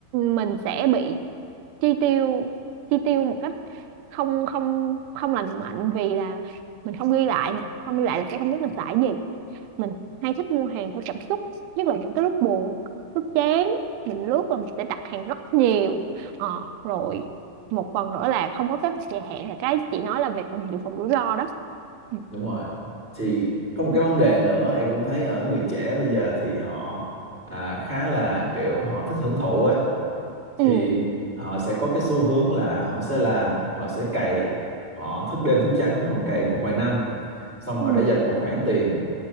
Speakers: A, on the right; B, on the right.
A: mình sẽ bị chi tiêu chi tiêu một cách không không không lành mạnh vì là mình không ghi lại nè không ghi lại là sẽ không biết mình xài gì mình hay thích mua hàng theo cảm xúc nhất là những cái lúc buồn lúc chán mình lướt và mình sẽ đặt hàng rất nhiều ờ, rồi một phần nữa là không có kế hoạch dài hạn là cái chị nói là về phần dự phòng rủi ro đó ừ.
B: đúng rồi thì có một cái vấn đề nữa em cũng thấy ở người trẻ bây giờ thì họ à, khá là kiểu họ thích hưởng thụ á thì
A: ừ
B: họ sẽ có cái xu hướng là họ sẽ làm họ sẽ cày họ thức đêm thức trắng họ cày một vài năm xong
A: ừ
B: họ để dành một khoản tiền